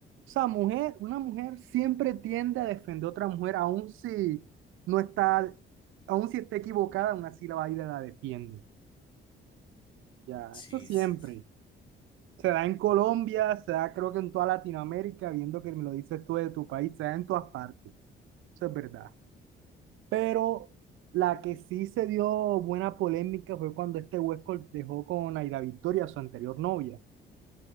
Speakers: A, on the right; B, on the left.
A: o sea, mujer, una mujer siempre tiende a defender a otra mujer, aun si no está, aun si está equivocada, aún así la va a ir y la defiende. Ya,
B: Sí,
A: eso siempre.
B: sí, sí.
A: Se da en Colombia, se da creo que en toda Latinoamérica, viendo que me lo dices tú de tu país, se da en todas partes. Eso es verdad. Pero la que sí se dio buena polémica fue cuando este Huesco dejó con Aida Victoria, su anterior novia.